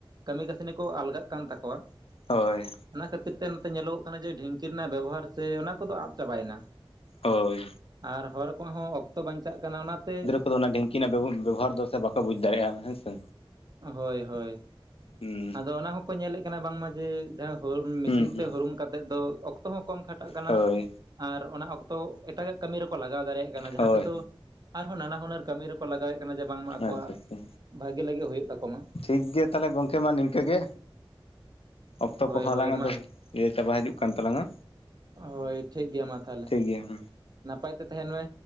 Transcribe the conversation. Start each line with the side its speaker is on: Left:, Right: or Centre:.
Right: ᱠᱟᱹᱢᱤ ᱠᱟᱹᱥᱱᱤ ᱠᱚ ᱟᱞᱜᱟᱜ ᱠᱟᱱ ᱛᱟᱠᱚᱣᱟ
Left: ᱦᱳᱭ
Right: ᱚᱱᱟ ᱠᱷᱟᱹᱛᱤᱨ ᱛᱮ ᱱᱚᱛᱮ ᱧᱮᱞᱚᱜᱚᱜ ᱠᱟᱱᱟ ᱡᱮ ᱰᱷᱤᱝᱠᱤ ᱨᱮᱱᱟᱜ ᱵᱮᱵᱚᱦᱟᱨ ᱥᱮ ᱚᱱᱟ ᱠᱚᱫᱚ ᱟᱫ ᱪᱟᱵᱟᱭᱮᱱᱟ
Left: ᱦᱳᱭ
Right: ᱟᱨ ᱦᱚᱲ ᱠᱚᱣᱟᱜ ᱦᱚᱸ ᱚᱠᱛᱚ ᱵᱟᱧᱪᱟᱜ ᱠᱟᱱᱟ ᱚᱱᱟᱛᱮ
Left: ᱩᱱᱠᱩ ᱫᱚ ᱚᱱᱟ ᱰᱷᱤᱝᱠᱤ ᱨᱮᱱᱟᱜ ᱵᱮᱵ ᱵᱮᱵᱚᱦᱟᱨ ᱫᱚ ᱥᱮ ᱵᱟᱠᱚ ᱵᱩᱡ ᱫᱟᱲᱮᱭᱟᱜᱼᱟ ᱦᱮᱸ ᱥᱮ
Right: ᱦᱳᱭ ᱦᱳᱭ
Left: ᱦᱩᱸ
Right: ᱟᱫᱚ ᱚᱱᱟ ᱦᱚᱸᱠᱚ ᱧᱮᱞᱮᱜ ᱠᱟᱱᱟ ᱵᱟᱝᱢᱟ ᱡᱮ ᱡᱟᱣ <unintelligible> ᱢᱮᱥᱤᱱ
Left: ᱦᱩᱸ ᱦᱩᱸ
Right: ᱛᱮ ᱦᱩᱲᱩᱝ ᱠᱟ ᱠᱟᱛᱮ ᱫᱚ ᱚᱠᱛᱚ ᱦᱚᱸ ᱠᱚᱢ ᱠᱷᱟᱴᱟᱜ ᱠᱟᱱᱟ
Left: ᱦᱳᱭ
Right: ᱟᱨ ᱚᱱᱟ ᱚᱠᱛᱚ ᱮᱴᱟᱜᱟᱜ ᱠᱟᱹᱢᱤ ᱨᱮᱠᱚ ᱞᱟᱜᱟᱣ ᱫᱟᱲᱮᱭᱟᱜ ᱠᱟᱱᱟ ᱡᱟᱦᱟᱸ
Left: ᱦᱳᱭ
Right: ᱛᱮᱫᱚ ᱟᱨᱦᱚᱸ ᱱᱟᱱᱟ ᱦᱩᱱᱟᱹᱨ ᱠᱟᱹᱢᱤ ᱨᱮᱠᱚ ᱠᱚ ᱞᱟᱜᱟᱣᱮᱜ ᱠᱟᱱᱟ ᱡᱮ ᱵᱟᱝᱢᱟ ᱟᱠᱚᱣᱟᱜ
Left: ᱟᱪᱪᱷᱟ ᱟᱪᱪᱷᱟ
Right: ᱵᱷᱟᱜᱮ ᱞᱟᱹᱜᱤᱫ ᱦᱩᱭᱩᱜ ᱛᱟᱠᱚ ᱢᱟ
Left: ᱴᱷᱤᱠ ᱜᱮᱭᱟ ᱛᱟᱞᱦᱮ ᱜᱚᱝᱠᱮ ᱢᱟ ᱱᱤᱝᱠᱟᱹ ᱜᱮ ᱚᱠᱛᱚ
Right: ᱦᱳᱭ
Left: ᱠᱚᱦᱚᱸ ᱟᱞᱟᱝᱟᱜ
Right: ᱦᱳᱭ ᱢᱟ
Left: ᱫᱚ ᱤᱭᱟᱹ ᱪᱟᱵᱟ ᱦᱤᱡᱩᱜ ᱠᱟᱱ ᱛᱟᱞᱟᱝᱟ
Right: ᱦᱳᱭ ᱴᱷᱤᱠ ᱜᱮᱭᱟ ᱢᱟ ᱛᱟᱦᱞᱮ
Left: ᱴᱷᱤᱠ ᱜᱮᱭᱟ ᱦᱮᱸ
Right: ᱱᱟᱯᱟᱭ ᱛᱮ ᱛᱟᱸᱦᱮᱱ ᱢᱮ